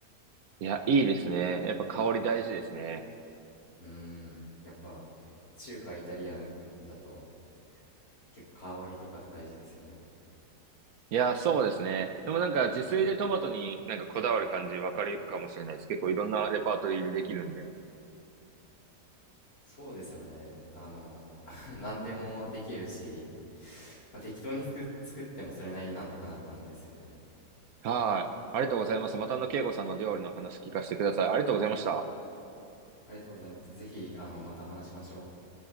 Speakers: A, on the right; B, on the left.
A: いや、いいですね。やっぱ香り大事ですね。
B: うーん、やっぱ、中華イタリアンだと結構香りとか大事ですよね。
A: いや、そうですね。でもなんか自炊でトマトになんかこだわる感じわかるかもしれないです。結構いろんなレパートリーでできるんで。
B: そうですよね。あの、<laughs> 何でもできるし、まあ、適当に作作ってもそれなりになんとかなる感じですよね。
A: はい。ありがとうございます。またあの、慶吾さんの料理の話聞かせてください。ありがとうございました。
B: ありがとうございます。ぜひ、あの、また話しましょう。